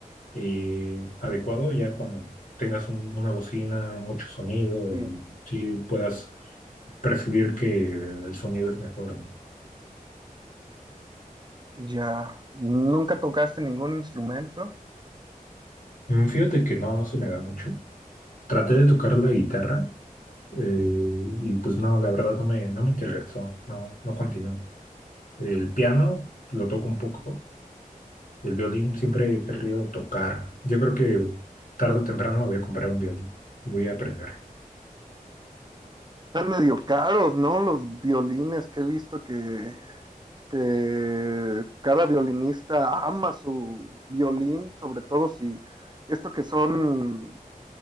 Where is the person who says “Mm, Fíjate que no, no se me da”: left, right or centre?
Left